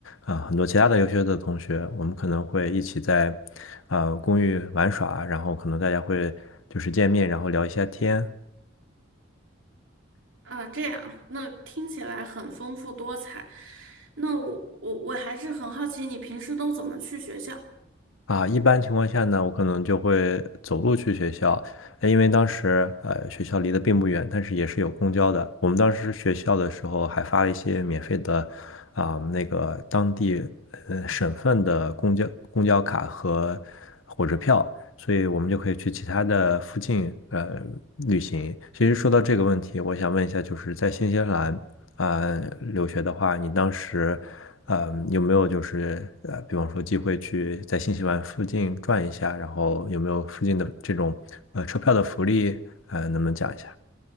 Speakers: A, on the left; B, on the right.
A: 呃，很多其他的优秀的同学，我们可能会一起在，呃，公寓玩耍，然后可能大家会就是见面，然后聊一下天，
B: 啊，这样，那听起来很丰富多彩。那我我我还是很好奇，你平时都怎么去学校？
A: 啊，一般情况下呢，我可能就会走路去学校，呃因为当时呃学校离得并不远，但是也是有公交的。我们当时学校的时候还发了一些免费的啊、那个当地呃省份的公交公交卡和火车票，所以我们就可以去其他的附近呃旅行。其实说到这个问题，我想问一下，就是在新西兰啊、留学的话，你当时呃，有没有就是呃，比方说机会去在新西兰附近转一下，然后有没有附近的这种呃车票的福利，呃，能不能讲一下？